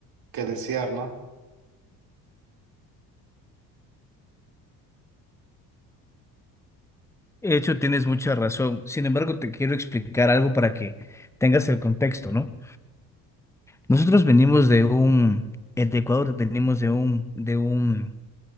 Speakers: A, on the right; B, in the centre.
A: que desear, ¿no?
B: De hecho, tienes mucha razón. Sin embargo, te quiero explicar algo para que tengas el contexto, ¿no? Nosotros venimos de un, en Ecuador venimos de un, de un